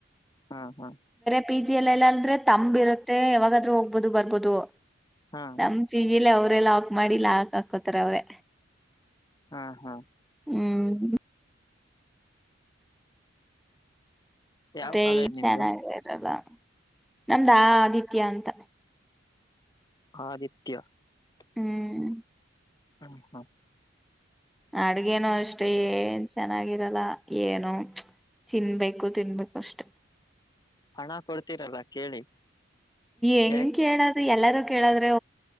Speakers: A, on the left; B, in the centre.
A: ಹಾ ಹಾ
B: ಪಿ ಜಿ ಎಲ್ಲ ಎಲ್ಲಾ ಅಂದ್ರೆ ತಂಬ ಇರುತ್ತೆ ಯಾವಾಗಾದ್ರೂ ಹೋಗ್ಬೋದು ಬರ್ಬೋದು
A: ಹಾ
B: ನಮ್ ಪಿಜಿಲಿ ಅವ್ರೇ ಲಾಕ್ ಮಾಡಿ ಲಾಕ್ ಹಾಕೋತಾರ ಅವ್ರೆ
A: ಹಾ ಹಾ
B: ಹ್ಮ್ ಅಷ್ಟೇ
A: ಯಾವ ಕಾಲೇಜ್
B: ಈಶನ್ರಾರಾಗ
A: ನಿಮ್ದು
B: <unintelligible> ಇರಲ್ಲ ನಮ್ದಾ ಆದಿತ್ಯ ಅಂತ
A: ಆದಿತ್ಯ
B: ಹ್ಮ್.
A: <inaudible> ಹ್ಮ ಹ್ಮ
B: ಅಡ್ಗೇನು ಅಷ್ಟೆ ಏನ್ ಚೆನ್ನಾಗಿರಲ್ಲ ಏನು ತಿನ್ಬೇಕು ತಿನ್ಬೇಕು ಅಷ್ಟೆ
A: ಹಣ ಕೊಡ್ತೀರಲ್ಲ ಕೇಳಿ
B: ಎಂಗ್
A: ಯಾಕ್
B: ಕೇಳಾದ್ ಎಲ್ಲರೂ ಕೇಳದ್ರೆ